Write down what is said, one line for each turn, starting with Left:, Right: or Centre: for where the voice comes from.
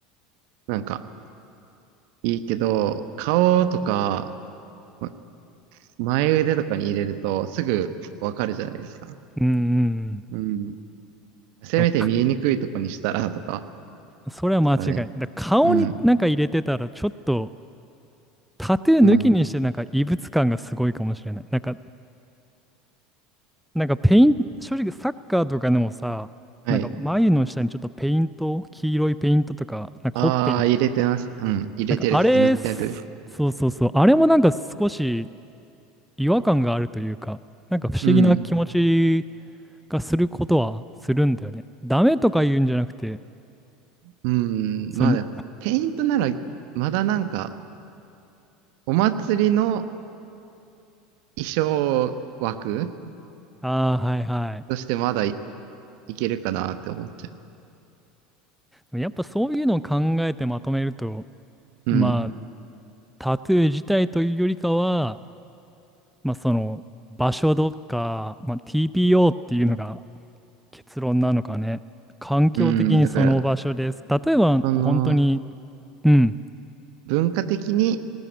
Right: なんか、いいけど、顔とか、ま前腕とかに入れると、すぐわかるじゃないですか。
Centre: うんうんうん。
Right: うん。せめて見えにくいとこにしたら、
Centre: でもか
Right: とか、
Centre: それは間違いない。
Right: ですかね。
Centre: だ顔になんか入れてたら、
Right: うん。
Centre: ちょっとタトゥー抜きにしてなんか異物感がすごいかもしれない。
Right: うん。
Centre: なんか、なんかペイン、正直サッカーとかでもさ、
Right: はい。
Centre: なんか眉の下にちょっとペイント、黄色いペイントとか、なんかほっぺに、
Right: ああ、入れてます。うん。入れてるとか。
Centre: なんかあれ、
Right: 塗ってる。
Centre: すそうそうそう、あれもなんか少し違和感があるというか、なんか不思議な気持ち
Right: うん。
Centre: がすることはするんだよね。ダメとか言うんじゃなくて、
Right: うん、
Centre: そうに、
Right: まあ、ペイントなら、まだなんか、お祭りの衣装枠
Centre: ああ、はいはい。
Right: としてまだい、いけるかなって思っちゃ
Centre: やっぱそういうのを考えてまとめると、
Right: う。
Centre: まあ、
Right: うん。
Centre: タトゥー自体というよりかは、まあ、その場所どっか、まあ、TPO っていうのが結論なのかね。環境的にその場所です。
Right: うん、だから、
Centre: 例えば、
Right: その、
Centre: 本当に、うん、
Right: 文化的に